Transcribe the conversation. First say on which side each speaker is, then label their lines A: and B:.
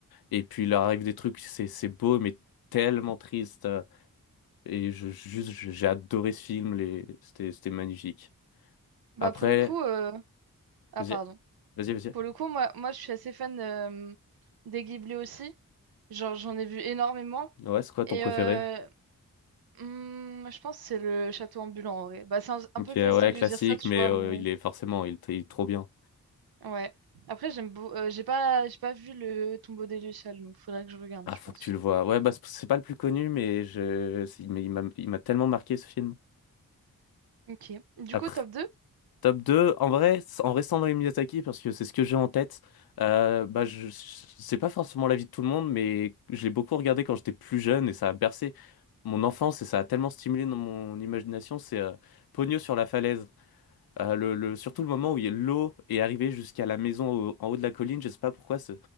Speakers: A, on the left; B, on the right.
A: et puis il leur arrive des trucs, c'est c'est beau mais tellement triste, euh, et je juste je- j'ai adoré ce film, les c'était c'était magnifique.
B: Bah,
A: Après,
B: pour le coup, euh, ah,
A: vas-y,
B: pardon.
A: vas-y, vas-y.
B: Pour le coup, moi, moi je suis assez fan euh, des Ghibli aussi. Genre, j'en ai vu énormément.
A: Ouais, c'est quoi ton
B: Et
A: préféré?
B: euh, hmm, je pense que c'est le château ambulant en vrai. Bah, c'est un, un
A: Ok,
B: peu classique
A: ouais,
B: de
A: classique,
B: dire ça, tu
A: mais
B: vois,
A: euh,
B: mais
A: il est forcément, il, est il est trop bien.
B: ouais. Après, j'aime beau- euh, j'ai pas, j'ai pas vu le tombeau des Lucioles, donc faudrait que je regarde,
A: Ah,
B: je
A: faut
B: pense.
A: que tu le vois. Ouais, bah c'est c'est pas le plus connu, mais je, c'est- mais il m'a il m'a tellement marqué ce film.
B: Ok. Du
A: Après.
B: coup, top 2.
A: Top 2, en vrai, c- en restant dans les Miyazaki, parce que c'est ce que j'ai en tête, euh, bah, je, je- c'est pas forcément l'avis de tout le monde, mais je l'ai beaucoup regardé quand j'étais plus jeune et ça a bercé mon enfance et ça a tellement stimulé dans mon imagination. C'est euh, Ponyo sur la falaise. Euh, le, le- surtout le moment où il y a l'eau est arrivée jusqu'à la maison au- en haut de la colline, je sais pas pourquoi ce,